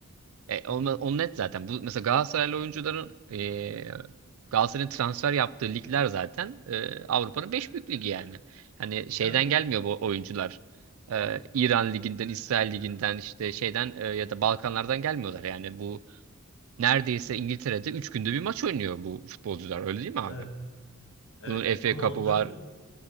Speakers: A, on the right (about 65°); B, on the left (about 60°).
A: E, onu,
B: <laughs>
A: onu net zaten. Bu mesela Galatasaraylı oyuncuların e, Galatasaray'ın transfer yaptığı ligler zaten e, Avrupa'nın 5 büyük ligi yani. Hani şeyden
B: Evet,
A: gelmiyor bu oyuncular. E, İran liginden, İsrail liginden işte şeyden e, ya da Balkanlardan gelmiyorlar yani. Bu neredeyse İngiltere'de 3 günde bir maç oynuyor bu futbolcular. Öyle değil mi abi?
B: evet. Evet
A: Bunun FA
B: ama
A: Cup'ı
B: onların
A: var.